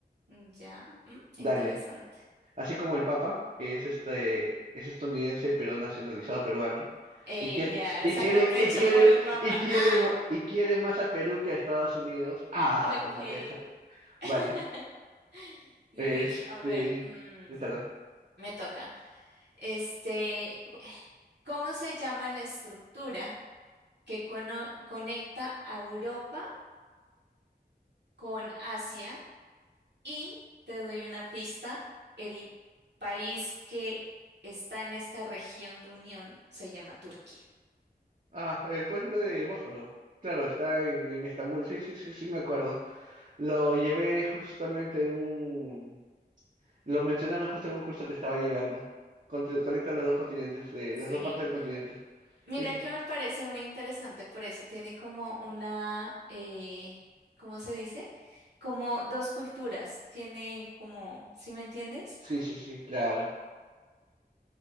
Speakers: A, on the right; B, on the right.
A: Mm, Ya, mm,
B: Dale.
A: interesante.
B: así como el Papa, que es este, es estadounidense pero nacionalizado peruano,
A: Ey,
B: y quiere,
A: ya,
B: y
A: saca
B: quiere,
A: pecho
B: y quiere,
A: por el papá.
B: y quiere,
A: Ah,
B: ma- y quiere más a Perú que a Estados Unidos. Ah,
A: <laughs> ok.
B: tómate esa.
A: <laughs>
B: Vale.
A: Listo,
B: Este,
A: a ver, mm,
B: te toca.
A: me toca. Este, ¿cómo se llama la estructura que cono- conecta a Europa con Asia? Y te doy una pista, el país que está en esta región de unión se llama Turquía.
B: Ah, el puente de Bósforo. Claro, está en, en Estambul. Sí, sí, sí, sí, me acuerdo. Lo llevé justamente en un, lo mencionaron justo en un curso que estaba llegando. Conte- Conecta los dos continentes, eh,
A: Sí.
B: las dos partes del continente.
A: Mira
B: Sí, sí,
A: que me parece muy interesante, por eso tiene como una, eh, ¿cómo se dice? Como dos culturas, tiene como, ¿sí me entiendes?
B: sí, sí, sí, claro.